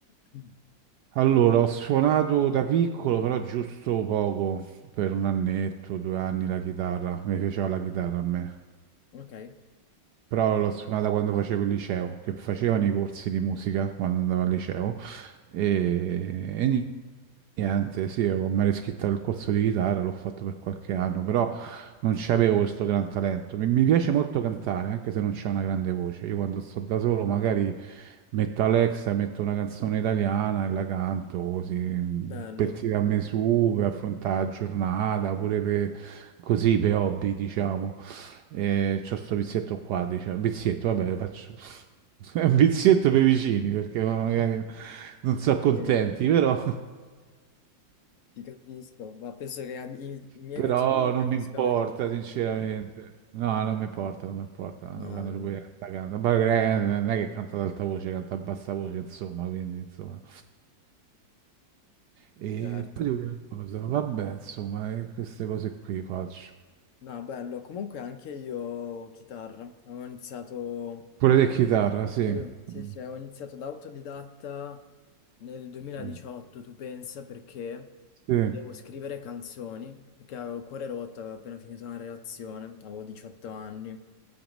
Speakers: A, on the left; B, on the right.
A: <clears throat>
B: Allora, ho suonato da piccolo, però giusto poco, per un annetto, due anni la chitarra. Mi piaceva la chitarra a me.
A: Ok.
B: però l'ho suonata quando facevo il liceo, che facevano i corsi di musica quando andavo al liceo e, e ni- niente, sì, ho- mi ero iscritto al corso di chitarra, l'ho fatto per qualche anno, però non c'avevo questo gran talento. Mi, mi piace molto cantare, anche se non c'è una grande voce. Io quando sto da solo magari metto Alexa, metto una canzone italiana e la canto così,
A: Bello,
B: petti da me su per affrontare la giornata, pure per, così per hobby, diciamo. E c'ho sto vizietto qua, dice, vizietto, vabbè, faccio <laughs> è un vizietto per i vicini perché magari
A: <laughs>
B: non sono contenti,
A: eh,
B: però <laughs>
A: ti capisco, ma penso che am- i, i miei
B: però
A: vicini
B: non
A: capiscano
B: mi importa,
A: i tuoi.
B: sinceramente. No, non mi importa, non mi importa
A: No,
B: quando ci
A: no,
B: puoi cantare. Ma eh, non è che canta ad alta voce, canta a bassa voce, insomma, quindi insomma. E
A: certo.
B: poi dico, che cosa? Vabbè, insomma, eh, queste cose qui faccio.
A: No, bello, comunque anche io chitarra, avevo iniziato
B: Pure te chitarra, sì.
A: Sì, sì,
B: Mm,
A: sì, ho iniziato da autodidatta nel 2018,
B: mm,
A: tu pensa, perché
B: Sì.
A: devo scrivere canzoni, perché avevo il cuore rotto, avevo appena finito una relazione, avevo 18 anni